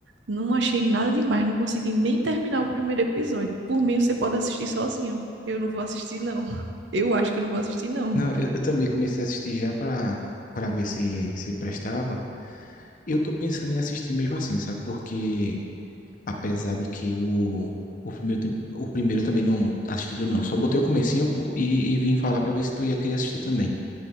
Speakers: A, on the right; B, on the left.
A: Não achei nada demais, não consegui nem terminar o primeiro episódio. Por mim, você pode assistir sozinho. Eu não vou assistir, não. Eu acho que eu não vou assistir, não.
B: Não, eu, eu também comecei a assistir já pra, pra ver se, se prestava. Eu tô pensando em assistir mesmo assim, sabe? Porque Apesar de que o, o primeiro, tem- o primeiro também não assisti tudo, não. Só botei o comecinho pô, e, e vim falar pra ver se tu ia querer assistir também.